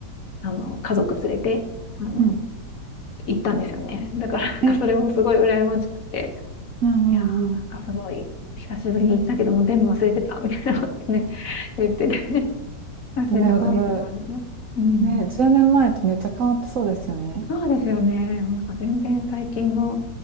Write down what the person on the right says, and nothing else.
ん。
えー、うんうんうん。
でも多分、
ね、10年前とめっちゃ変わってそうですよね。